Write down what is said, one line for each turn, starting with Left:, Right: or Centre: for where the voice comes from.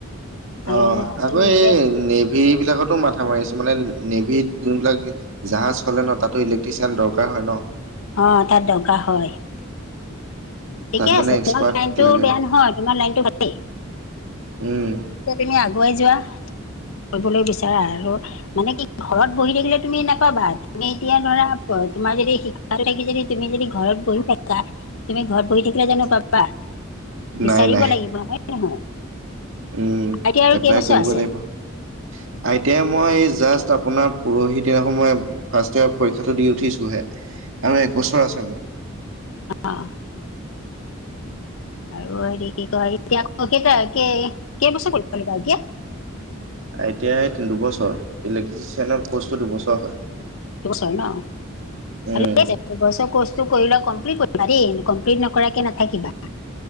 Left: আৰু
Right: অ',
Left: ধৰাচোন
Right: আকৌ
Left: এতিয়া
Right: এই নেভি বিলাকতো মাথা মাৰিছোঁ মানে নেভিত যোনবিলাক জাহাজ হ'লে ন' তাতো ইলেক্ট্ৰিচিয়ান দৰকাৰ হয়, ন?
Left: অ', তাত দৰকাৰ হয়। ঠিকে
Right: তাত মানে
Left: আছে
Right: এক্সপাৰ্ট
Left: তোমাৰ লাইনটো
Right: লাগে
Left: বেয়া নহয়, তোমাৰ লাইনটো ভালেই।
Right: উম
Left: তুমি আগুৱাই যোৱা, কৰিবলৈ বিচৰা আৰু মানে কি ঘৰত বহি থাকিলে তুমি নাপাবা তুমি এতিয়া ধৰা প তোমাৰ যদি শিক্ষা থাকি যদি তুমি যদি ঘৰত বহি থাকা তুমি ঘৰত বহি থাকিলে জানোঁ পাবা? বিচাৰিব
Right: নাই নাই
Left: লাগিব হয় নে নহয়
Right: উম,
Left: এতিয়া আৰু
Right: এপ্লাই
Left: কেইবছৰ
Right: কৰিব
Left: আছে
Right: লাগিব। আই টি আই মই এই জাষ্ট আপোনাৰ পৰহি দিনাখন মই ফাৰ্ষ্ট ইয়াৰ পৰীক্ষাটো দি উঠিছোঁহে আৰু এক বছৰ আছে মোৰ।
Left: অহ আৰু হেৰি কি কয়, এতিয়া কেইটা কেইবছৰ পঢ়িব লাগিব I T I
Right: I T I দুবছৰ, ইলেক্ট্ৰিচিয়ানৰ কৰ্চটো দুবছৰ হয়।
Left: দুবছৰ হৈ নহ
Right: উম,
Left: <unintelligible> দুবছৰ কৰ্চটো কৰি লোৱা কমপ্লিট কৰিবা দেই, কমপ্লিট নকৰাকে নাথাকিবা।